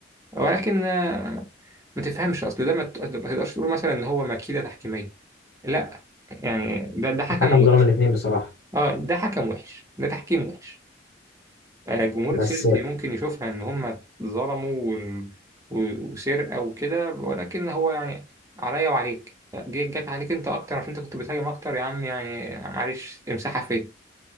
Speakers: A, on the right (about 15°); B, on the left (about 55°).
A: ولكن آه، ما تفهمش اصل ده ما ت- ما تقدرش تقول مثلا ان هو مكيدة تحكيمية لا يعني ده ده حكم
B: الحكم ظلم
A: وحش
B: الاثنين بصراحة
A: اه ده حكم وحش ده تحكيم وحش آه، جمهور
B: بس
A: تشيلسي ممكن يشوفها ان هم ظلموا وال- و- وسرقه وكده ولكن هو يعني عليا وعليك جي- جت عليك انت اكتر عشان انت كنت بتهاجم اكتر يا عم يعني معلش امسحها فيا